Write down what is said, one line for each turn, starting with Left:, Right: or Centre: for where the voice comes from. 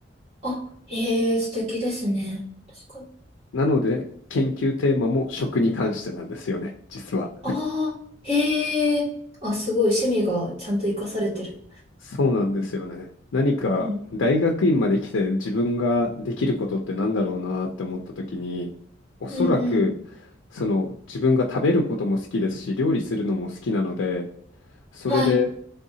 Right: あ、へえ、素敵ですね。確かに。
Left: なので、研究テーマも食に関してなんですよね、実は。
Right: ああ、へえ。あ、すごい趣味がちゃんと活かされてる。
Left: そうなんですよね。何か大学院まで来て自分ができることってなんだろうなって思った時に、
Right: うん。
Left: おそらく
Right: うんうん。
Left: その自分が食べることも好きですし、料理するのも好きなので、それで、
Right: はい。